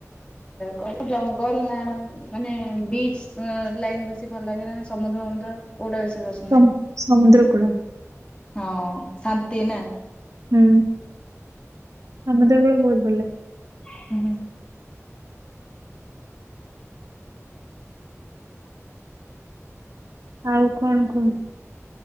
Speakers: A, on the left; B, on the right.
A: କହ ଜଙ୍ଗଲ ନା ମାନେ ବିଚ୍ ଲାଇନ ବ ବେଶ ଭଲ ଲାଗେ ନା ସମୁଦ୍ର ସମୁଦ୍ର କୋଉଟା ବେଶ
B: ସମ ସମୁଦ୍ରକୁଡ଼
A: ହଁ ଶାନ୍ତି ନା
B: ହୁଁ ଆମେ ଦେଗଳି ବହୁତ୍
A: ହୁଁ
B: ଆଉ କଣ କୁହନ୍ତୁ